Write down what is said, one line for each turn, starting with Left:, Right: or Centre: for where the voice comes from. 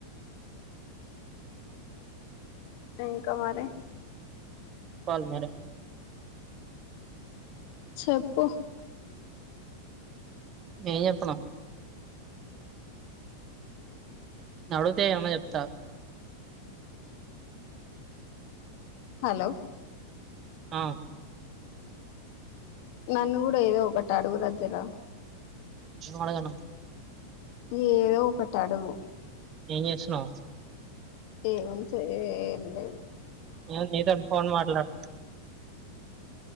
Left: టెంకా మరి
Right: పాల్మెేరి
Left: చెప్పు
Right: ఏ ఎప్ప ను నడుతే ఏమన చెప్తా
Left: హలో
Right: ఆ
Left: నన్ను కూడా ఏదో ఒకట అడుగు రజ్జరా
Right: ఏ వడగను
Left: ఏ ఏదో ఒకటి అడుగు
Right: ఏ చేస్తున్నావ్
Left: ఏ ఉంచ ఏం లేదు
Right: నేను నీతోని ఫోన్ మాట్లాడుతుంటే